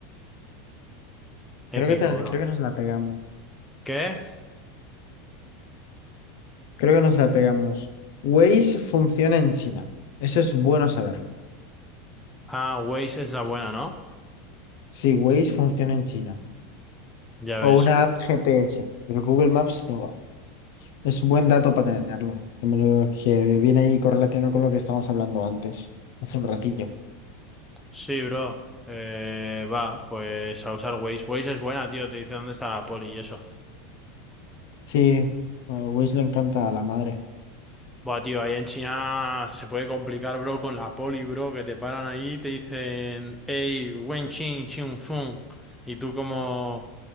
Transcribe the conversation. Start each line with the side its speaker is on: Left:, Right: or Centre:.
Left: Creo
Centre: Épico,
Left: que, te-
Centre: bro.
Left: creo que nos la pegamos.
Centre: ¿Qué?
Left: Creo que nos la pegamos. Waze funciona en China. Eso es bueno saberlo.
Centre: Ah, Waze es la buena, ¿no?
Left: Sí, Waze funciona en China.
Centre: Ya ves.
Left: O una app GPS. Pero Google Maps no va. Es un buen dato para tenerlo. Que, me lo- que viene ahí correlacionado con lo que estábamos hablando antes. Hace un ratillo.
Centre: Sí, bro. Eh, va, pues a usar Waze. Waze es buena, tío, te dice dónde está la poli y eso.
Left: Sí, a Waze le encanta a la madre.
Centre: Buah, tío, ahí en China se puede complicar, bro, con la poli, bro, que te paran ahí y te dicen, hey, wen xin xin fun. Y tú como,